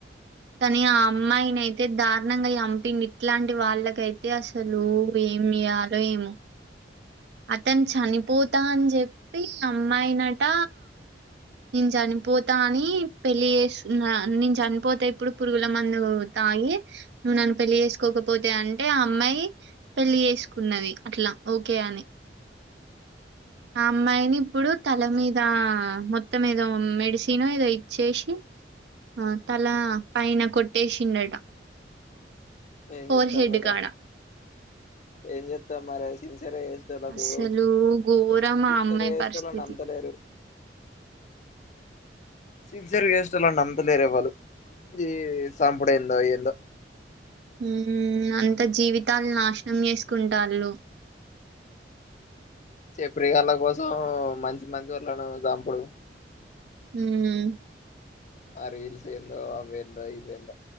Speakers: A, on the right; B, on the left.
A: కానీ ఆ అమ్మాయిని అయితే దారుణంగా చంపింది ఇట్లాంటి వాళ్ళకైతే అసలు ఏం చేయాలో ఏమో అతను చనిపోతా అని చెప్పి అమ్మాయినట నేను చనిపోతా అని పెళ్లి చేస్తుకున్న నేను చనిపోతే ఇప్పుడు పురుగుల మందు తాగి నువ్వు నన్ను పెళ్లి చేసుకోకపోతే అంటే ఆ అమ్మాయి పెళ్లి చేసుకున్నది అట్లా ఓకే అని ఆ అమ్మాయిని ఇప్పుడు తల మీద మొత్తం ఏదో మెడిసిన్ ఏదో ఇచ్చేసి ఆ తల పైన కొట్టేసిండట
B: ఏ
A: ఫోర్
B: చెత్తాం
A: హెడ్
B: మేడం
A: కాడ
B: ఏం చేత్తం మరే సి సిన్సియర్ చేసేవాళ్లకు
A: అస్సలు ఘోరం
B: సిన్సియర్గా
A: ఆ అమ్మాయి
B: చేస్తన్న
A: పరిస్థితి
B: నమ్ముతలేరు సిన్సియర్గా చేసేట్టోలన్ను నమ్ముతలేరు ఎవరు ఈ సంపుడెందో ఏందో
A: ఉమ్ అంత జీవితాలని నాశనం చేసుకుంటాళ్ళు
B: చెప్పరి గాళ్ళ కోసం మంచి మంచి వాళ్ళను చంపుడు
A: ఉమ్
B: ఆ రీల్స్ ఏందో అవేందో ఇవేందో